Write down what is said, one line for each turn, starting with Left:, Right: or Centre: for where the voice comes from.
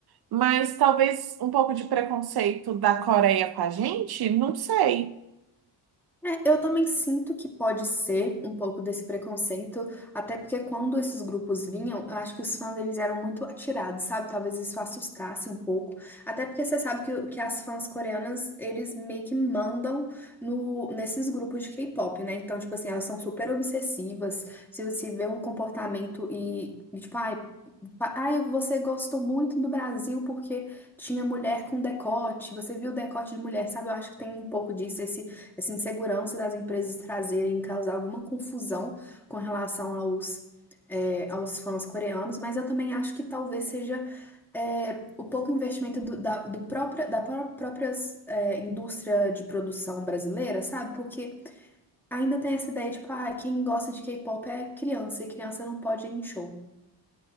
Right: Mas talvez um pouco de preconceito da Coreia com a gente, não sei.
Centre: É, eu também sinto que pode ser um pouco desse preconceito, até porque quando esses grupos vinham, eu acho que os fãs eles eram muito atirados, sabe? Talvez isso assustasse um pouco. Até porque você sabe que, que as fãs coreanas, eles meio que mandam no, nesses grupos de K-pop, né? Então, tipo assim, elas são super obsessivas. Se você vê um comportamento e, e tipo, ai, pa- ai, você gostou muito do Brasil porque tinha mulher com decote, você viu o decote de mulher, sabe? Eu acho que tem um pouco disso, esse essa insegurança das empresas trazerem causar alguma confusão com relação aos, é, aos fãs coreanos, mas eu também acho que talvez seja é, o pouco investimento do, da, do própria, da pró- própria é, indústria de produção brasileira, sabe? Porque ainda tem essa ideia, tipo, ah, quem gosta de K-pop é criança, e criança não pode ir em show.